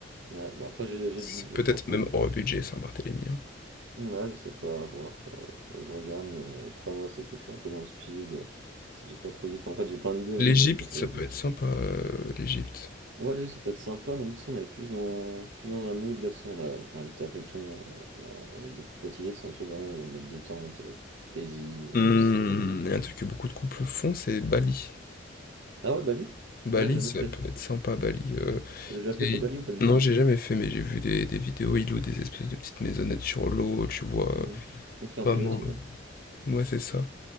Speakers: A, on the right; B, on the left.
A: Ouais, bon après j'ai j'ai
B: C'est
A: le budget,
B: peut-être
A: franchement,
B: même
A: niveau.
B: hors budget Saint-Barthélemy, hein.
A: Ouais, je sais pas, à voir, faudrait, faudrait que je regarde, mais le problème, moi, c'est que je suis un peu dans le speed, c'est que j'ai pas trop d'idées. Enfin, en fait, j'ai plein d'idées,
B: L'Égypte,
A: mais je me dis, est-ce que ça
B: ça
A: va être...
B: peut être sympa, heu, l'Égypte.
A: Ouais, lui, ça peut être sympa, mais nous, tu sais, on est plus dans, plus dans un mood, là, tu sais, on a, on a le taf et tout, on, on est beaucoup fatigué, c'est un truc vraiment, où on est détente, euh, paisible,
B: Mmh,
A: c'est... euh.
B: il y a un truc que beaucoup de couples font, c'est Bali.
A: Ah ouais, Bali?
B: Bali,
A: Ouais, j'ai jamais
B: ça
A: fait.
B: peut être sympa, Bali, heu,
A: T'as déjà
B: c'est
A: fait toi Bali ou pas du
B: non,
A: tout?
B: j'ai jamais fait, mais j'ai vu des des vidéos, ils louent des espèces de petites maisonnettes sur l'eau, tu vois,
A: Mhm. Ok, en
B: vraiment,
A: pilotis, ouais.
B: heu ouais, c'est ça.